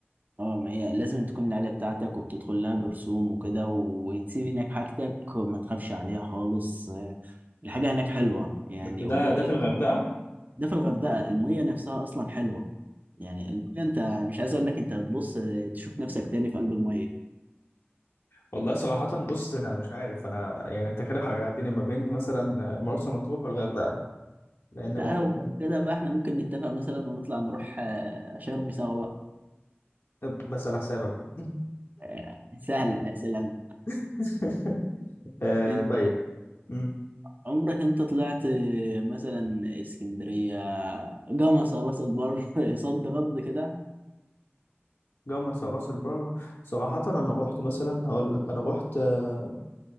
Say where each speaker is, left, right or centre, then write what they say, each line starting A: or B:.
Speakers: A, on the right; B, on the left.
A: اه ما هي لازم تكون العيلة بتاعتك وبتدخل لها برسوم وكده وتسيب هناك حاجتك وما تخافش عليها خالص آه، الحاجة هناك حلوة يعني
B: بس ده
A: وال...
B: ده في الغردقه
A: ده في الغردقة المية نفسها اصلا حلوة يعني المية انت مش عايز اقول لك انت هتبص تشوف نفسك تاني في قلب المية
B: والله صراحة بص أنا مش عارف أنا يعني أنت كده حيرتني ما بين مثلا مرسى مطروح والغردقة لأن
A: لا
B: هو الاتنين-
A: هو كده بقى احنا ممكن نتفق مثلا ونطلع نروح آه، شرم سوا بقى
B: طب بس على حسابك بقى
A: آه، سهلة يا سلام
B: <laughs> آه
A: انت
B: طيب مم.
A: عمرك انت طلعت آه، مثلا اسكندرية جمصة راس البر <laughs> صد رد كده
B: جمصة راس البر صراحة أنا رحت مثلا هقول لك أنا رحت آه